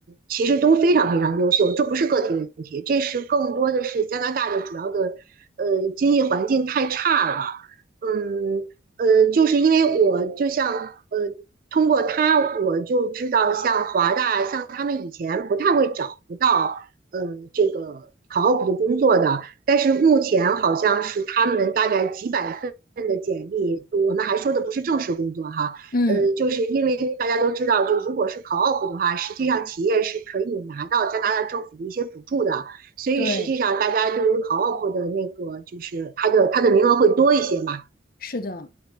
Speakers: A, on the right; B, on the left.
A: 其实都非常非常优秀，这不是个体的问题，这是更多的是加拿大的主要的呃经济环境太差了，嗯呃就是因为我就像呃通过他我就知道像华大像他们以前不太会找不到呃这个考 o p 的工作的。但是目前好像是他们大概几百份的简历，我们还说的不是正式工作哈，
B: 嗯，
A: 呃，就是因为大家都知道，就如果是考 o o p 的话，实际上企业是可以拿到加拿大政府的一些补助的，所以实际上大家对于考
B: 对，
A: o o p 的那个就是它的它的名额会多一些嘛。
B: 是的。